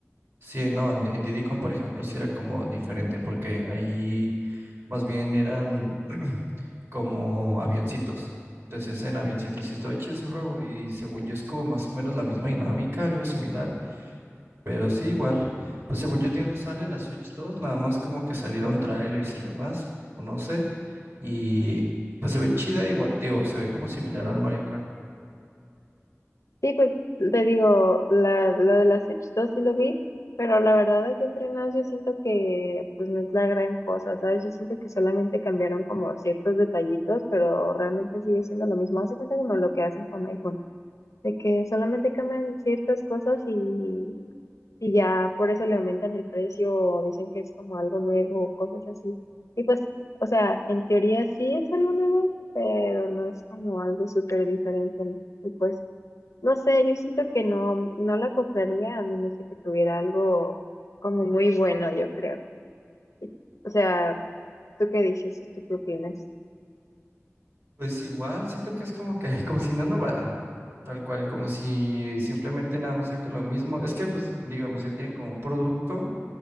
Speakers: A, on the right; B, on the left.
A: Sí, no, en, en Diddy Kong, por ejemplo, sí era como diferente, porque ahí Más bien eran <clears throat> como avioncitos. Entonces en avioncitos sí estaba chido ese juego y según yo es como más o menos la misma dinámica, algo similar, pero sí igual. Pues según yo todavía no sale la Switch dos nada más como que salieron trailers y demás, o no sé, y pues se ve chida igual, te digo, se ve como similar al Mario Kart.
B: Sí, pues te digo, la, lo de la Switch 2 sí lo vi, pero la verdad de que entrenas yo siento que pues no es la gran cosa, ¿sabes? Yo siento que solamente cambiaron como ciertos detallitos, pero realmente sigue siendo lo mismo. Hace cuenta como lo que hacen con iPhone, de que solamente cambian ciertas cosas y y ya por eso le aumentan el precio o dicen que es como algo nuevo, cosas así. Y pues, o sea, en teoría sí es algo nuevo, pero no es como algo súper diferente. ¿no? Y pues, no sé, yo siento que no, no la compraría a menos de que tuviera algo como muy bueno, yo creo. Y- O sea, ¿tú qué dices? ¿Tú qué opinas?
A: Pues igual, siento que es como que, <laughs> como si no innovaran, tal cual, como si simplemente nada más saquen lo mismo. Es que pues digamos, ya tienen como un producto